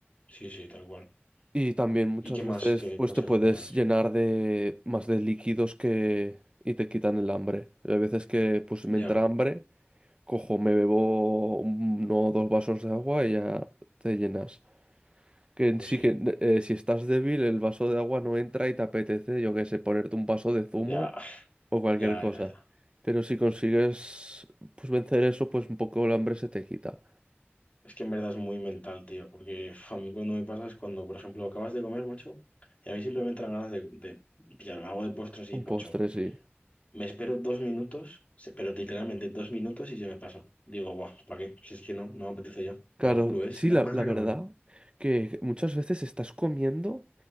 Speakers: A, on the left; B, on the right.
A: sí, sí, tal cual.
B: Y también muchas
A: ¿Y qué más,
B: veces
A: qué
B: pues
A: consejos
B: te puedes
A: me das?
B: llenar de más de líquidos que... y te quitan el hambre. Hay veces que pues
A: Ya,
B: me entra hambre, cojo, me bebo uno o dos vasos de agua y ya te llenas. Que
A: pues
B: sí
A: sí,
B: que eh, si estás débil, el vaso de agua no entra y te apetece, yo qué sé, ponerte un vaso de zumo
A: ya,
B: o cualquier
A: ya,
B: cosa.
A: ya, ya.
B: Pero si consigues pues vencer eso, pues un poco el hambre se te quita.
A: Es que en verdad es muy mental, tío, porque uf, a mí cuando me pasa es cuando, por ejemplo, acabas de comer, macho, y a mí simplemente me entran ganas de, de pillarme algo de postre así,
B: Un
A: tocho.
B: postre, sí.
A: Me espero dos minutos, se- pero literalmente dos minutos y se me pasa. Digo, guau, ¿para qué? Si es que no, no me apetece ya.
B: Claro,
A: Te lo juro, es
B: sí,
A: nada
B: la,
A: más
B: la
A: acabar.
B: verdad que muchas veces estás comiendo,